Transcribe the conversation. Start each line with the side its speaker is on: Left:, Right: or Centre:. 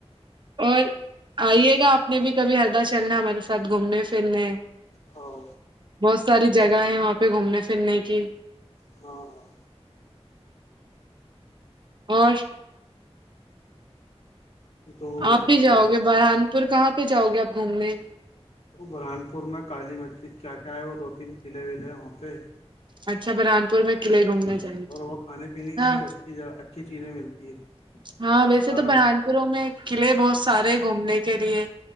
Right: اور آئیے گا آپ نے بھی کبھی ہردہ چلنا ہمارے ساتھ گھومنے پھرنے
Left: ہاں
Right: بہت ساری جگہ گاہ ہے وہاں پہ گھومنے پھرنے کی
Left: ہاں ہاں
Right: اور
Left: دو
Right: آپ
Left: بجے
Right: بھی جاؤ گے برحان پھر کہاں پہ جاؤ گے آپ گھومنے
Left: وہ بران پور میں کالی مسجلک کیا کیا ہے وہ دو تین قلعے ولے وہاں پہ
Right: اچھا برحان پور میں قلعے گھومنے
Left: ہاں
Right: جائیں گے
Left: اور وہ کھانے پینے کی
Right: ہاں
Left: بھی اچھی اچھی چیزیں ملتی ہے
Right: ہاں
Left: سستا
Right: ویسے تو
Left: ہے
Right: برہان پوروں میں قلعے بہت سارے ہیں گھومنے کے لیے